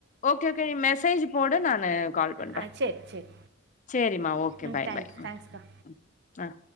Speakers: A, on the left (about 35°); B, on the right (about 55°).
A: ஓகே ஓகே நீ மெசேஜ் போடு நானு கால் பண்றே
B: ஆ சரி சரி
A: சேரிமா ஓகே
B: ம்
A: பாய்
B: தேங்க்ஸ்
A: பாய் ம்
B: தேங்க்ஸ்க்கா
A: ம் ம் ம